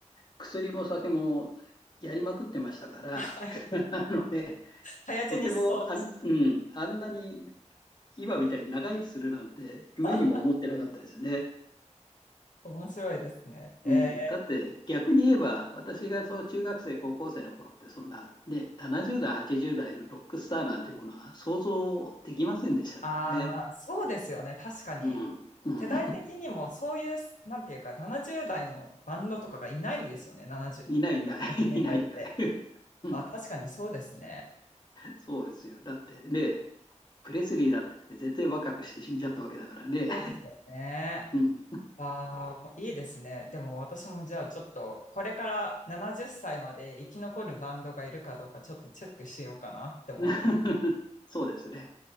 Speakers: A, on the left; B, on the left.
A: 薬も酒もやりまくってましたから、
B: はい。
A: <laughs> あのね、
B: 早死にしそうです。
A: とてもあん、うん、あんなに今みたいに長生きするなんて夢にも思ってなかったですね。
B: <laughs> 面白いですね。え
A: うん、だって逆に言えば私がそう中学生高校生の頃ってそんな、ね、70代80代のロックスターなんてものは想像できませんでしたからね。
B: ー、ああ、まあそうですよね。確かに。
A: うん、うん
B: 世代的にもそういう、なんていうか、70代のバンドとかがいないですよね。70、
A: いないいない、<laughs>
B: 70年代って。
A: いないいない。<laughs> うん、
B: あ、確かにそうですね。
A: そうですよ。だってね、プレスリーだって全然若くして死んじゃったわけだからね。
B: そうですよね。
A: <laughs> うん。
B: ああ、いいですね。でも私もじゃあちょっと、これから70歳まで生き残るバンドがいるかどうかちょっとチェックしようかなって思います。
A: <laughs> そうですね。